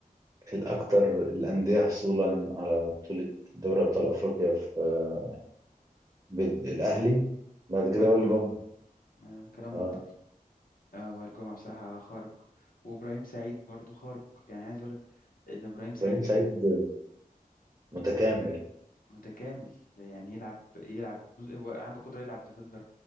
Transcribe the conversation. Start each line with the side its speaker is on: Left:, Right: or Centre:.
Right: الأكثر الأندية حصولا على بطولة دوري أبطال أفريقيا في آه، بد- الأهلي بعد كده
Left: وائل
Right: بقى
Left: جمعة
Right: الجمعة
Left: آه، كلام
Right: اه
Left: منطقي آه، وائل جمعة بصراحة خارق وإبراهيم سعيد برضو خارق يعني عايز أقولك إن إبراهيم
Right: إبراهيم
Left: سعيد
Right: سعيد
Left: م-
Right: متكامل
Left: متكامل يعني يلعب يلعب هو عنده قدرة يلعب ديفندر